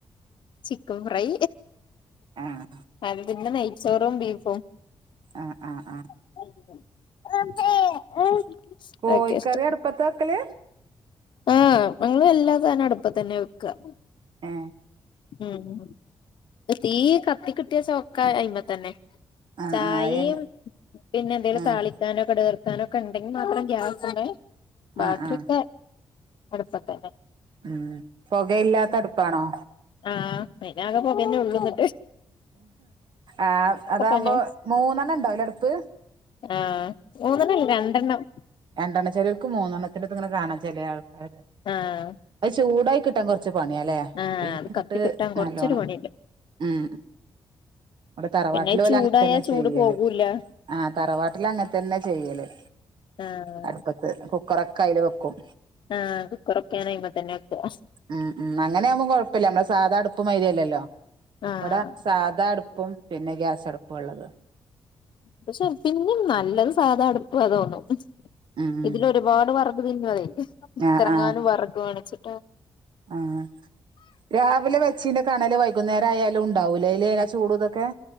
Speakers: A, on the left (about 65°); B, on the right (about 60°).
A: ചിക്കൻ ഫ്രൈ
B: ആഹ്
A: അത് പിന്നെ നെയ്ച്ചോറും ബീഫും
B: ആഹ് ആഹ് ആഹ്
A: <inaudible>
B: കോയിക്കറി
A: ഇഷ്ടം
B: അട്പത്താ വെക്കല്
A: ആഹ് ഞങ്ങള് എല്ലാസാനം അടുപ്പത്തന്ന്യാ വെക്ക
B: ഏഹ്
A: ഉം തീ കത്തി കിട്ട്യാചോക്ക അയ്മ തന്നെ
B: ആഹ്
A: ചായേം
B: ആഹ് എ
A: പിന്നെന്തേലും
B: ആഹ്
A: താളി ക്കാനോ കട്കർക്കാനോക്കെണ്ടെങ്കി മാത്രം ഗ്യാസ്മ്മെ ബാക്കിഒക്കെ
B: ആഹ് ആഹ്
A: അട്പ്പത്തന്നെ
B: ഉം പൊകയില്ലാത്തട്പ്പാണോ
A: ആഹ് അയ്ലാകെ പൊകന്നെള്ളൂന്നിട്ട്
B: ആ അതാവുമ്പോ
A: തന്നെ
B: മൂന്നെണ്ണംണ്ടാവൂലേ അട്പ്പ്
A: ആഹ് മൂന്നെണ്ണല്ല രണ്ടെണ്ണം
B: രണ്ടെണ്ണം ചെലൊര്ക്ക് മൂന്നെണ്ണത്തിൻ്റെത്ങ്ങനെ കാണാ ചെലെ ആൾക്കാരെ
A: ആഹ്
B: അയ്ചൂടായി കിട്ടാൻ കൊർച്ച് പണിയാല്ലേ
A: ആഹ്
B: പിന്നെങ്ങോട്ട്
A: അത് കത്തി കിട്ടാൻ കൊറച്ചൊരു
B: നല്ലോണം
A: പണിണ്ട്
B: ഉം ഇവടെ തറവാട്ടിലോല്ല്
A: പിന്നെ ചൂടായാ
B: അങ്ങൻതന്നെ
A: ചൂട്
B: ചെയ്യല്
A: പോകൂല്ല
B: ആ തറവാട്ടില് അങ്ങൻതന്നെ ചെയ്യല്
A: ആഹ്
B: അടുപ്പത്ത് കുക്കറൊക്കെ അയ്ല് വെക്കും
A: ആഹ് കുക്കറൊക്കെ ഞാനയ്മെത്തന്നെ വെക്കും
B: ഉം ഉം അങ്ങനെ ആവുമ്പോ കുഴപ്പല്ല, നമ്മുടെ സാധാ അടുപ്പ് മാരിയല്ലല്ലോ.
A: ആഹ്
B: ഇവിടെ സാധാ അടുപ്പും പിന്നെ ഗ്യാസടുപ്പ്വാ ഉള്ളത്.
A: പക്ഷെ പിന്നിം നല്ലത് സാധ അടുപ്പാ തോന്നും
B: ഉം
A: ഇതിലൊരുപാട് വർ അത് പിന്നതെ എത്രങ്ങാനും
B: ആഹ് ആഹ്
A: വിറക് വേണച്ചിട്ടാ.
B: ആഹ് രാവിലെ വെച്ചീൻ്റെ കണല് വൈ കുന്നേരായാലും ഉണ്ടാവൂലേ അയില് ആ ചൂടൂതൊക്കെ